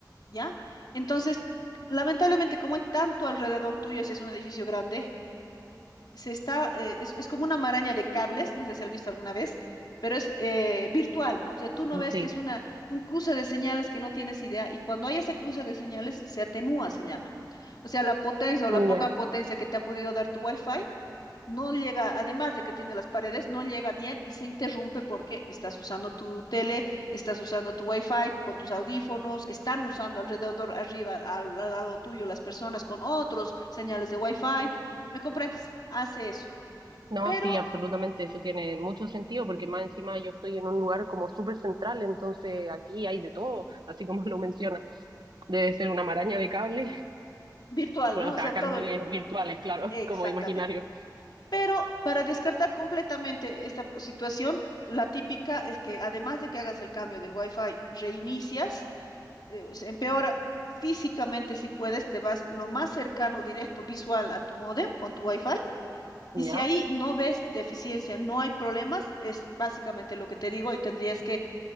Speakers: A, on the left; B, on the right.
A: ¿ya? Entonces, lamentablemente, como hay tanto alrededor tuyo, si es un edificio grande, se está, eh, es, es como una maraña de cables, no sé si has visto alguna vez, pero es eh, virtual, ¿no? O sea, tú no ves
B: Sí,
A: que es una, un cruce de señales que no tienes idea, y cuando hay ese cruce de señales, se atenúa, se llama. O sea, la potencia o la poca
B: ya.
A: potencia que te ha podido dar tu Wi-Fi no llega, además de que tiene las paredes, no llega bien y se interrumpe porque estás usando tu tele, estás usando tu wifi con tus audífonos, están usando alrededor, arriba, al, al lado tuyo las personas con otros señales de wifi. ¿Me comprendes? Hace eso,
B: No,
A: pero
B: sí, absolutamente, eso tiene mucho sentido porque más encima yo estoy en un lugar como súper central, entonces aquí hay de todo, así como lo menciona. Debe ser una maraña de cables, <laughs>
A: virtual,
B: bueno,
A: ¿no?
B: o
A: O
B: sea,
A: sea, todo,
B: cables virtuales, claro,
A: exactamente.
B: <laughs> como imaginarios.
A: Pero para descartar completamente esta situación, la típica es que además de que hagas el cambio del wifi, reinicias eh, se empeora físicamente si puedes, te vas lo más cercano, directo, visual a tu módem con tu wifi. Y si
B: Ya,
A: ahí no ves deficiencia, no hay problemas, es básicamente lo que te digo y tendrías que